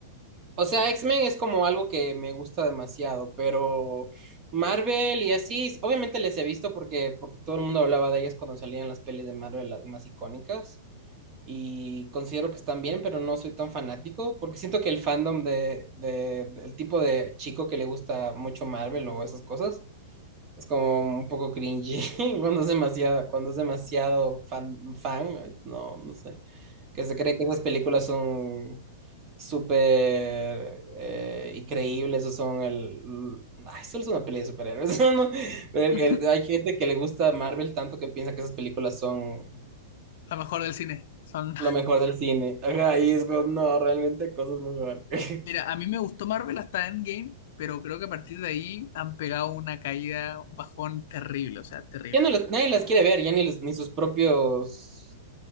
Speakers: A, on the right; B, on the left.
A: O sea, X-Men es como algo que me gusta demasiado, pero Marvel y así, obviamente les he visto porque, porque todo el mundo hablaba de ellas cuando salían las pelis de Marvel, las más icónicas, y considero que están bien, pero no soy tan fanático, porque siento que el fandom de, de, del tipo de chico que le gusta mucho Marvel o esas cosas, Es como un poco cringy <laughs> cuando es demasiado, cuando es demasiado fan, fan, no, no sé, que se cree que esas películas son súper eh, increíbles o son el... Ay, solo es una peli de superhéroes, <laughs> eso no- pero
B: <laughs>
A: el- el- hay gente que le gusta Marvel tanto que piensa que esas películas son
B: La mejor del cine, son
A: lo mejor del cine. Ajá, y es como, no, realmente cosas mejor. <laughs>
B: Mira, a mí me gustó Marvel hasta Endgame, pero creo que a partir de ahí han pegado una caída, un bajón terrible, o sea, terrible.
A: Ya no las- nadie las quiere ver, ya ni, los- ni sus propios,